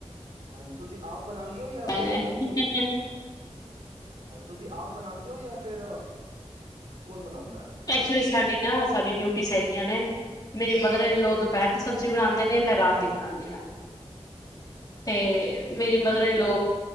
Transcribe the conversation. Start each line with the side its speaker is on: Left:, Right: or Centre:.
Right: ਹਾਂਜੀ ਤੁਸੀਂ ਆਪ ਬਣਾਉਂਦੇ ਔ ਯਾ
Left: ਬਣਾਏ
Right: ਫਿਰ ਤੁਸੀਂ
Left: ਨੇ।
Right: ਤੁਸੀਂ ਆਪ ਬਣਾਉਂਦੇ ਔ ਯਾ ਫਿਰ ਕੌਣ ਬਣਾਉਂਦ
Left: ਐਕਚੁਲੀ ਸਾਡੇ ਨਾ ਸਾਡੀ ਡਿਊਟ ਸ ਹੈਗੀਆਂ ਨੇ ਮੇਰੀ ਮਦਰ ਇਨ ਲੋ ਦੁਪਹਿਰ
Right: ਉਹ
Left: ਦੀ ਸਬਜ਼ੀ ਬਣਾਉਂਦੇ ਮੈਂ ਰਾਤ ਦੀ ਬੁਣਾਣੀ ਆ ਤੇ
Right: ਅੱਛਾ ਜੀ
Left: ਮੇਰੀ ਮਦਰ ਇਨਲੋ